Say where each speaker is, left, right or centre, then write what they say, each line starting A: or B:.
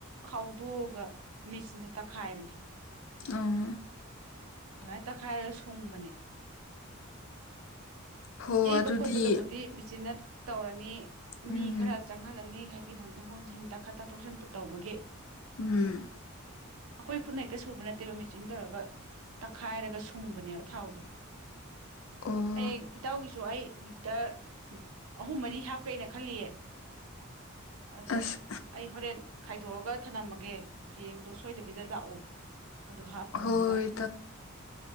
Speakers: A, on the right; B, on the left.
A: ꯈꯥꯎꯗꯣꯛꯑꯒ ꯃꯦꯆꯤꯟꯗ ꯇꯛꯈꯥꯏꯕꯅꯦ
B: ꯑ
A: ꯑꯗꯨꯃꯥꯏꯅ ꯇꯛꯈꯥꯏꯔꯒ ꯁꯨꯡꯕꯅꯦ
B: ꯍꯣ
A: ꯌꯩꯕ
B: ꯑꯗꯨꯗꯤ
A: ꯈꯣꯠꯄꯗꯕꯨꯗꯤ ꯃꯦꯆꯤꯟꯅ ꯇꯧꯔꯅꯤ
B: ꯎꯝ
A: ꯃꯤ ꯈꯔ ꯆꯪꯍꯜꯂꯅꯤ ꯍꯥꯏꯗꯤ ꯍꯣꯟꯗꯣꯛ ꯍꯣꯟꯖꯤꯟ ꯇꯥꯈꯠ ꯇꯥꯊꯣꯛꯁꯤꯟ ꯇ ꯇꯧꯕꯒꯤ
B: ꯎꯝ
A: ꯑꯩꯈꯣꯏ ꯈꯨꯠꯅ ꯍꯦꯛꯇ ꯁꯨꯕ ꯅꯠꯇꯦꯕ ꯃꯦꯆꯤꯟ ꯇꯧꯔꯒ ꯇꯛꯈꯥꯏꯔꯒ ꯁꯨꯡꯕꯅꯦꯕ ꯊꯥꯎꯗꯣ
B: ꯑꯣ
A: ꯍꯌꯦꯡ ꯏꯇꯥꯎꯒꯤꯁꯨ ꯑꯩ ꯂꯤꯇꯔ ꯑꯍꯨꯝ ꯃꯔꯤ ꯍꯥꯞꯀꯦꯅ ꯈꯜꯂꯤꯌꯦ ꯑꯗꯣ
B: ꯑꯁ
A: ꯑꯩ ꯍꯣꯔꯦꯟ ꯈꯥꯏꯗꯣꯛꯑꯒ ꯊꯝꯅꯝꯃꯒꯦ ꯍꯌꯦꯡꯗꯣ ꯁꯣꯏꯗꯕꯤꯗ ꯂꯥꯛꯑꯣ ꯑꯗꯨ ꯍꯥꯞꯄꯨꯅꯕ
B: ꯍꯣꯏ